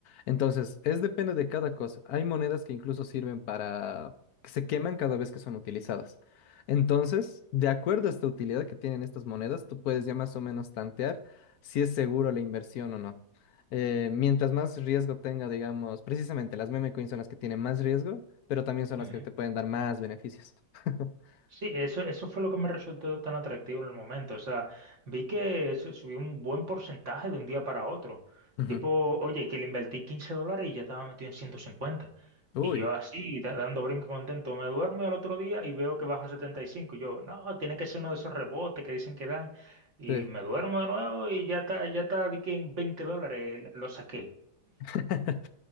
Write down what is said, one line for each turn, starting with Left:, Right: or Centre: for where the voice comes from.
Left: Entonces, es depende de cada cosa. Hay monedas que incluso sirven para que se queman cada vez que son utilizadas. Entonces, de acuerdo a esta utilidad que tienen estas monedas, tú puedes ya más o menos tantear si es seguro la inversión o no. Eh, mientras más riesgo tenga, digamos, precisamente las meme coins son las que tienen más riesgo, pero también son
Right: ujú.
Left: las que te pueden dar más beneficios. <laughs>
Right: Sí, eso, eso fue lo que me resultó tan atractivo en el momento. O sea, vi que se subió un buen porcentaje de un día para otro.
Left: Ujú.
Right: Tipo, oye, que le invertí 15 dólares y ya estaba metido en 150.
Left: Uy,
Right: Y yo así, da- dando brinco contento, me duermo y al otro día y veo que baja a 75. Yo, no, tiene que ser uno de esos rebotes que dicen que dan. Y
Left: Sí.
Right: me duermo de nuevo y ya está, ya está, di que en 20 dólares lo saqué.
Left: <laughs>